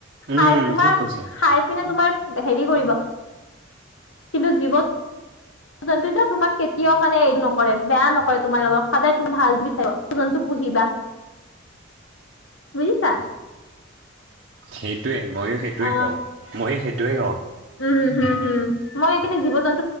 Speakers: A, on the right; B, on the left.
A: উম,
B: খাই তোমাৰ
A: ঠিক কৈছা।
B: খাই পিনে তোমাৰ হেৰি কৰিব। কিন্তু জীৱ জন্তুই ন তোমাক কেতিয়াও মানে হেৰি নকৰে বেয়া নকৰে তোমাৰ লগত সদায় তুমি ভাল বিচাৰিব, জন্তু পুহিবা, বুজিছা।
A: সেইটোৱে। ময়ো সেইটোৱে
B: অ
A: কওঁ, ময়ো সেইট টোৱে অ'।
B: উম হম হম মই সেইকাৰণে জীৱ জন্তু